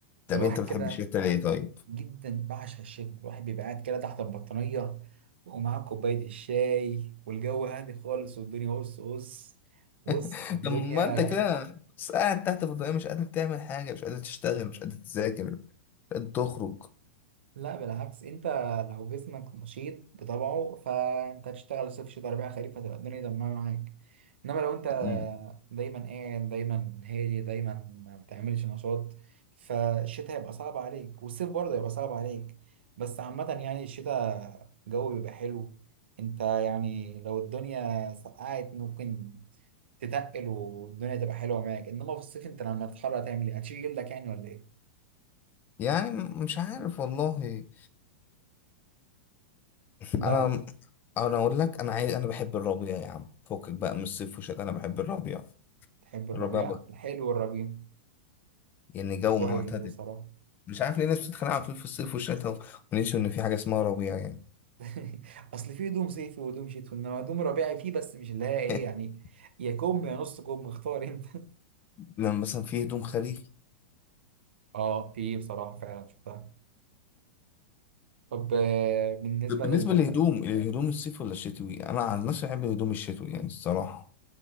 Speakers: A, on the left; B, on the right.
A: طب
B: ده الواحد
A: انت بتحب
B: كده
A: الشتاء ليه طيب؟
B: جدا بعشق الشتاء الواحد بيبقى قاعد كده تحت البطانية ومعاه كوباية الشاي والجو هادي خالص والدنيا بص بص بص
A: <laughs>
B: والدنيا
A: طب ما انت كده بس قاعد تحت في الضيقة مش قادر تعمل حاجة مش قادر تشتغل مش قادر تذاكر مش قادر تخرج
B: لا بالعكس انت لو جسمك نشيط بطبعه فانت هتشتغل صيف شتاء ربيع خريف هتبقى الدنيا تمام معاك انما لو انت
A: مم.
B: دايما قاعد دايما هادي دايما ما بتعملش نشاط فالشتاء هيبقى صعب عليك والصيف برضه هيبقى صعب عليك بس عامة يعني الشتاء الجو بيبقى حلو انت يعني لو الدنيا سقعت ممكن تتقل والدنيا تبقى حلوة معاك انما في الصيف انت لما تتحرر هتعمل ايه هتشيل جلدك يعني ولا ايه
A: يعني م- مش عارف والله انا
B: لا لا
A: انا اقول لك انا عايز انا بحب الربيع يا عم فكك بقى من الصيف والشتاء انا بحب الربيع
B: تحب الربيع
A: الربيع بقى.
B: الحلو والربيع
A: يعني جو
B: كويس
A: معتدل
B: بصراحة
A: مش عارف ليه الناس بتتخانق على طول في الصيف والشتاء و- وننسوا ان في حاجه اسمها ربيع يعني
B: <laughs> أصل في هدوم صيفي وهدوم شتوي إنما هدوم ربيعي فيه بس مش اللي هي إيه
A: <laughs>
B: يعني يا كم يا نص كم اختار أنت
A: لما مثلا في هدوم خريفي
B: <laughs> أه في بصراحة فعلا شفتها طب آه، بالنسبة
A: طب بالنسبه
B: لل
A: للهدوم
B: <laughs>
A: الهدوم الصيف ولا الشتوي انا عن نفسي بحب الهدوم الشتوي يعني الصراحه